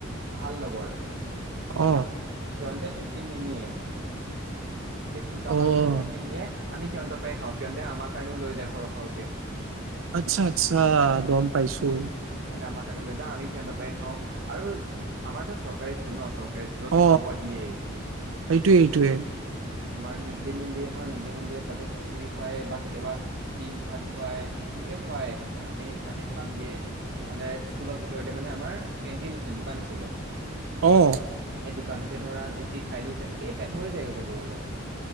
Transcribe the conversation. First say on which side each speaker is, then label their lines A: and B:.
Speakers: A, on the right; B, on the right.
A: ভাল লগৰ।
B: অ
A: সিহতে টিফিন নিনিয়ে সেটি দুটামান
B: অ অ
A: আছিলে। টিফিন নিয়ে আমি সিহঁতৰ পৰাই খাওঁ সিহঁতে আমাৰ কাৰণেও লৈ যায়। সৰহ সৰহকে
B: আচ্ছা আচ্ছা গম পাইছোঁ।
A: সিহঁতে আমাৰ কাৰণে লৈ যাওঁ আমি সিহঁতৰ পৰাই খাওঁ, আৰু আমাৰটো চৰকাৰী স্কুল ন চৰ চৰকাৰী স্কুলত
B: অ
A: খোৱা বোৱা দিয়েই।
B: সেইটোয়ে সেইটোয়ে
A: তোমাৰ মিদিয়াম দিয়ে নহয় মিড ডে মিল দিয়ে তাতে খিচিৰি খুৱাই বা কেতিয়াবা ডিম ভাত খুৱাই, এনেকে খুৱাই আমি তাতে খাংগে। নহ'লে স্কুলৰ ভিতৰতে মানে আমাৰ কেণ্টিন আছিলে, দোকান আছিলে।
B: অহ।
A: সেই দোকানতে ধৰা জি তি খাই দিওঁ তেনেকেই পেট ভৰি যায়গৈ ক'ব গ'লে।